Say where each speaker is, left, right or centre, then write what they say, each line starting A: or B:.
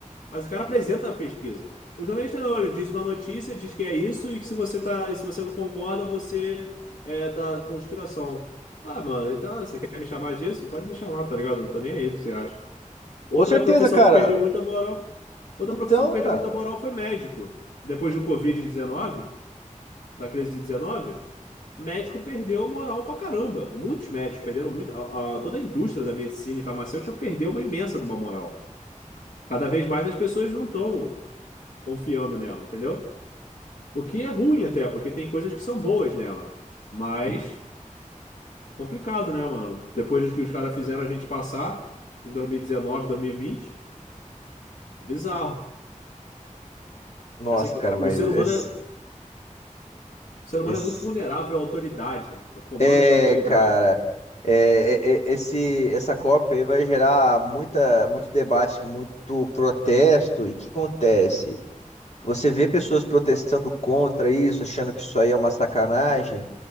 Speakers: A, on the left; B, on the left.
A: Mas o cara apresenta a pesquisa. O jornalista não, ele diz uma notícia, diz que é isso, e que se você tá, e se você não concorda, você é da conspiração. Ah, mano, então você quer me chamar disso? Pode me chamar, tá ligado? Não tô nem aí, o que você acha? Outra
B: Com certeza,
A: profissão
B: cara.
A: que perdeu muita moral. Outra
B: Então,
A: profissão que perdeu
B: cara.
A: muita moral foi médico. Depois do Covid-19, da crise de 19, médico perdeu moral pra caramba. Muitos médicos perderam muito. A, a- toda a indústria da medicina e farmacêutica perdeu uma imensa de uma moral. Cada vez mais as pessoas não estão confiando nela, entendeu? O que é ruim até, porque tem coisas que são boas nela. Mas complicado, né, mano? Depois do que os caras fizeram a gente passar em 2019, 2020, é bizarro.
B: Nossa,
A: Essa, que
B: cara,
A: o
B: mas
A: ser humano
B: esse,
A: é, o ser humano
B: esse...
A: é muito vulnerável à autoridade, a comando
B: É,
A: de autoridade.
B: cara. É, é, é, esse, essa COP aí vai gerar muita, muito debate, muito protesto. E o que acontece? Você vê pessoas protestando contra isso, achando que isso aí é uma sacanagem.